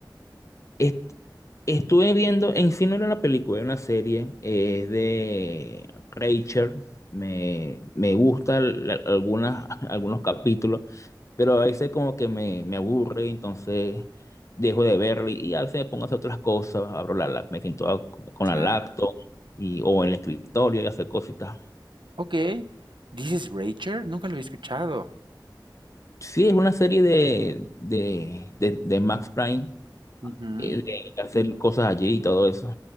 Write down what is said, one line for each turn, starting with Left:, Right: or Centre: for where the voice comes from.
Left: Est- estuve viendo, en sí no era una película, era una serie, eh, es de Rachel, me, me gustan algunas, <laughs> algunos capítulos, pero a veces como que me, me aburre, entonces dejo de verlo y a veces me pongo a hacer otras cosas, abro la, lap- me siento a- con
Right: Claro.
Left: la laptop y, o en el escritorio y hacer cositas.
Right: Ok. ¿Dices Rachel? Nunca lo había escuchado.
Left: Sí, es una serie de, de, de, de Max Prime,
Right: Ujú.
Left: eh, de hacer cosas allí y todo eso.